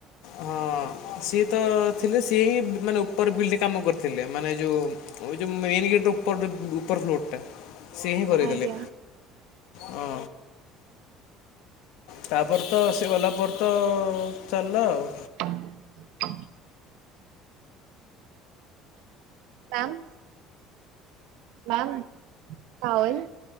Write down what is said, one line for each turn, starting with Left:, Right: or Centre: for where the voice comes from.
Right: <inaudible>
Left: ହଁ ସିଏ ତ ଥିଲେ ସିଏ ହିଁ ମାନେ ଉପର ବିଲଡ କାମ କରିଥିଲେ ମାନେ ଯୋଉ ଓ ଯଉ ମେନ୍ ଗେଟ୍ ଉପର ଉପର ଫ୍ଲୋଟ। ସିଏ ହିଁ କରିଇଦେଲେ
Right: ଆଜ୍ଞା
Left: ହଁ। ତାପରେତ ସେଗଲା ପରେତ ଚାଲିଲ ଆଉ।
Right: <inaudible> କାମ୍ ମାମ୍ ଟାଓଲ୍